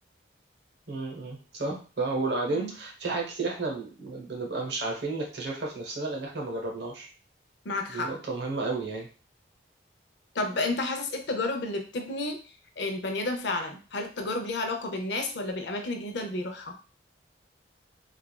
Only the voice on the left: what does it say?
مم.
معك حق
طب انت حاسس ايه التجارب اللي بتبني البني ادم فعلا هل التجارب ليها علاقة بالناس ولا بالاماكن الجديدة اللي بيروحها